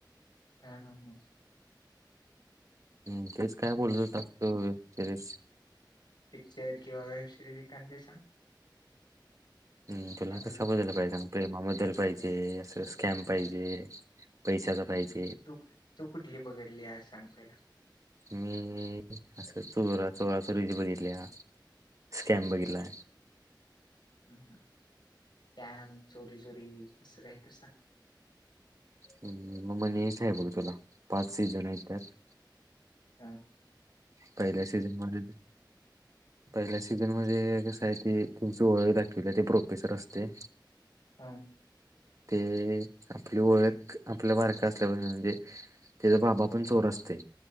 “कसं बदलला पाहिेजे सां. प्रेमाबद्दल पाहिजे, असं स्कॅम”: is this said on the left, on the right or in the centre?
Right